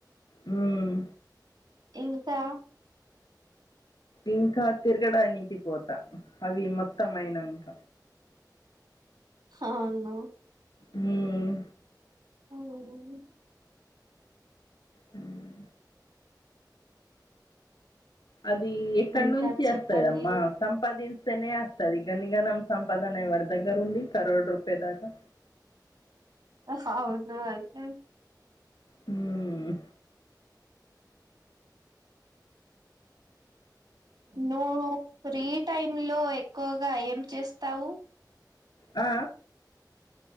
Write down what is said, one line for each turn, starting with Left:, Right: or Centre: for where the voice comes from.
Left: మ్మ్
Right: ఇంకా
Left: ఇంకా తిర్గడానికి పోతా అవి మొత్తమైయనంక
Right: హాను
Left: హ్మ్
Right: అవునా
Left: హ్మ్ అది ఎక్కడ్
Right: ఇంకా
Left: నుంచి వస్తదమ్మా
Right: చెప్పండి
Left: సంపాదిం అస్తది గన్నిగానం సంపాదన ఎవ్వడి దగ్గరుంది కరోడ్ రూపాయ దాకా
Right: అహౌను అండి
Left: హ్మ్
Right: నో ఫ్రీ టైమ్ లో ఎక్కువగా ఏం చేస్తావు
Left: ఆ